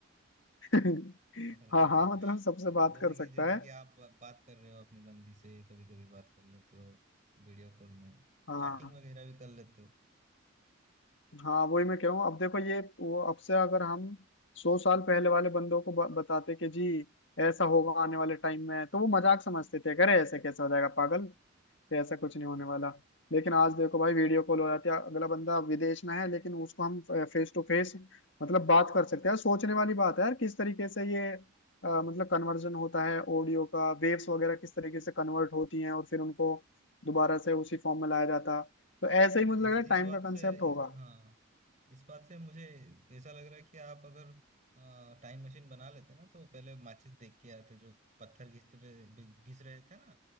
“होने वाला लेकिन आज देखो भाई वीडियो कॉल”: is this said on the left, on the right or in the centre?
Left